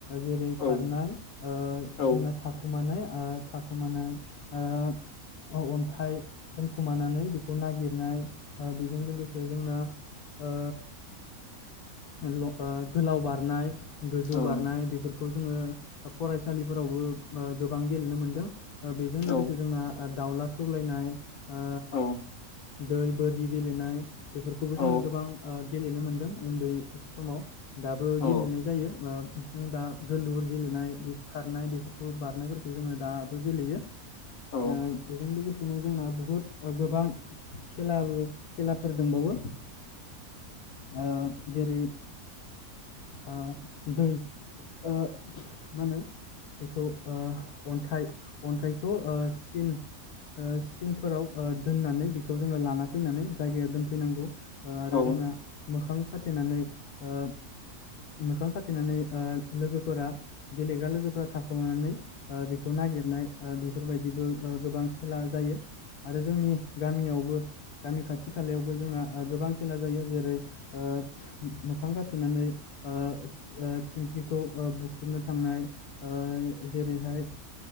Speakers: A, on the left; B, on the left.
A: जेरै खारनाय
B: औ
A: ओ
B: औ
A: जोंना थाखुमानाय ओ थाखुमानाय ओ अन्थाइ दोनखुमानानै बेखौ नागिरनाय ओ बेजों लोगोसे जोंना ओ ल' ओ गोलाव बारनाय गोजौ
B: औ
A: बारनाय बेफोर खौ जोङो फरायसालिफोरावबो ओ गोबां गेलेनो मोनदों। ओ बेजों लोगोसे
B: औ
A: जोंना आ दाउला सौलायनाय आ
B: औ
A: दै बोरि गेलेनाय बेफोरखौबो जोङो
B: औ
A: गोबां ओ गेलेनो मोन्दों उन्दै समाव दाबो
B: औ
A: गेलेनाय जायो ओ जों दा जोलुर गेलेनाय बे खारनाय बेफोरखौ बारनायफोरखौ जोङो दाबो गेलेयो। ओ
B: औ
A: बेजों लोगोसे बिदिनो जोंना बुहुत ओ गोबां खेलाबो खेलाफोर दोंबावो। ओ जेरै ओ दै ओ मा होनो बेखौ ओ अन्थाइ अन्थाइखौ ओ सिन ओ सिनफोराव ओ दोननानै बेखौ जोङो लाना फैनानै जायगायाव दोनफैनांगौ। ओ आरो
B: औ
A: जोंना मोखां खाथेनानै ओ मोखां खाथेनानै ओ लोगोफोरा गेलेग्रा लोगोफोरा थाखोमानानै ओ बेखौ नागिरनाय ओ बेफोरबायदिबो ओ गोबां खेला जायो। आरो जोंनि गामियावबो गामि खाथि खालायावबो जोंना ओ गोबां खेला जायो जेरै ओ मोखां खाथेनानै ओ थि ओ थिंख्लिखौ ओ बुख्रुबनो थांनाय ओ जेरैहाय